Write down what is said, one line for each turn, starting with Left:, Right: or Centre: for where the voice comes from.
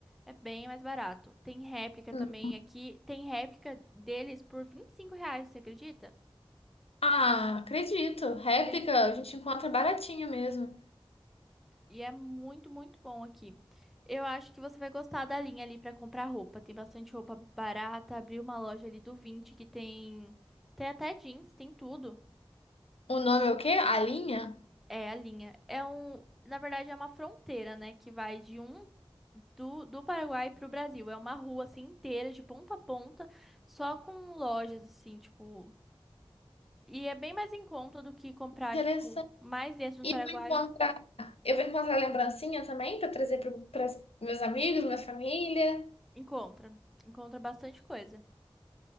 Centre: É bem mais barato. Tem réplica
Left: Hum.
Centre: também aqui, tem réplica deles por 25 reais, você acredita?
Left: Ah, acredito. Réplica
Centre: E é
Left: a gente encontra baratinho mesmo.
Centre: e é muito, muito bom aqui. Eu acho que você vai gostar da linha ali pra comprar roupa. Tem bastante roupa barata. Abri uma loja ali do 20 que tem, tem até jeans, tem tudo.
Left: O nome é o quê? A linha?
Centre: É, a linha. É um, na verdade, é uma fronteira, né? Que vai de um do, do Paraguai pro Brasil. É uma rua assim inteira, de ponta a ponta, só com lojas, assim, tipo. E é bem mais em conta do que comprar,
Left: Interessante.
Centre: tipo, mais dentro do
Left: E
Centre: Paraguai.
Left: eu vou encontrar, eu vou encontrar lembrancinha também para trazer para meus amigos, minha família.
Centre: Encontra. Encontra bastante coisa.